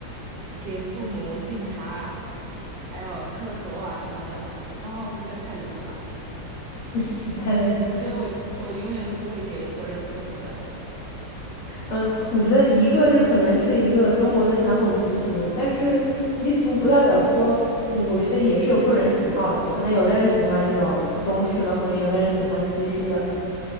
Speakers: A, on the right; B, on the left.
A: 给父母敬茶啊，还有磕头啊什么的啊，我觉得太雷了吧！
B: <laughs> 太累了。
A: 我觉得我我永远都不会给活人磕头的。
B: 嗯，我觉得一个这可能是一个中国的传统习俗，但是习俗不代表说，
A: 嗯嗯
B: 嗯，我觉得也是有个人喜好的。可能有的人喜欢这种中式的婚姻，有的人喜欢西式的，
A: 嗯